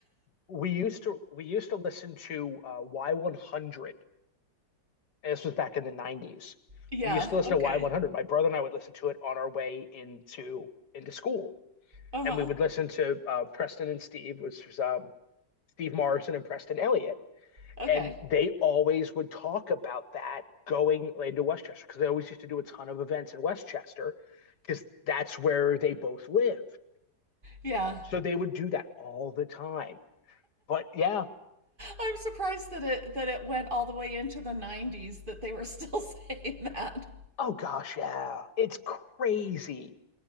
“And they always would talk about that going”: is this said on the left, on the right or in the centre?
Left